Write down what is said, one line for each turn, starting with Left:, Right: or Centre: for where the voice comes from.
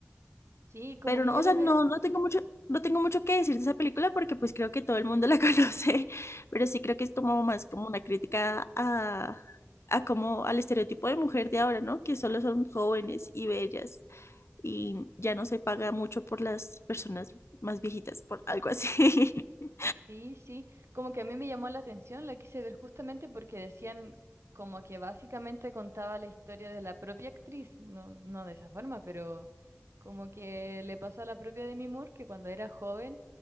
Right: sí, como
Left: Pero
Right: que
Left: no,
Right: yo
Left: o
Right: la
Left: sea,
Right: empecé...
Left: no, no tengo mucho, no tengo mucho que decir de esa película porque pues creo que todo el mundo la <laughs> conoce, pero sí creo que es como más como una crítica a, a como al estereotipo de mujer de ahora, ¿no? Que solo son jóvenes y bellas y ya no se paga mucho por las personas más viejitas, por algo así. <laughs>
Right: Sí, sí, como que a mí me llamó la atención, la quise ver justamente porque decían como que básicamente contaba la historia de la propia actriz, no, no de esa forma, pero como que le pasó a la propia Demi Moore que cuando era joven